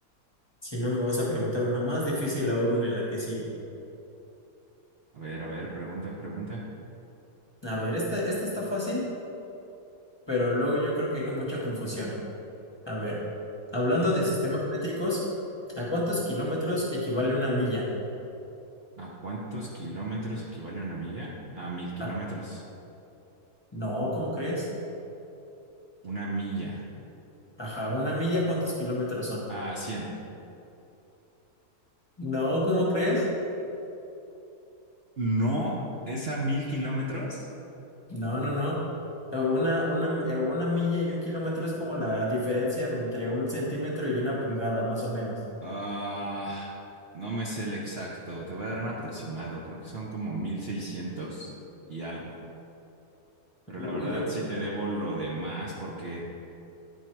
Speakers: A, on the left (about 20°); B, on the right (about 50°).
A: Si no, me vas a preguntar una más difícil aún en la que sigue.
B: A ver, a ver, pregunta, pregunta.
A: A ver, esta, esta está fácil, pero luego yo creo que hay mucha confusión. A ver, hablando
B: Ok.
A: de sistemas métricos, ¿a cuántos kilómetros equivale una milla?
B: ¿A cuántos kilómetros equivale una milla? A mil kilómetros.
A: Ah, no, ¿cómo crees?
B: Una milla.
A: Ajá, una milla, ¿cuántos kilómetros son?
B: A cien.
A: No, ¿cómo crees?
B: No, es a mil kilómetros.
A: No, no, no. Eh, Una, una, eh, una milla y un kilómetro es como la diferencia de entre un centímetro y una pulgada, más o menos.
B: Ah, no me sé el exacto, te voy a dar un aproximado, creo que son como 1600 y algo, pero
A: Uy,
B: la verdad
A: yo,
B: sí te debo lo demás porque,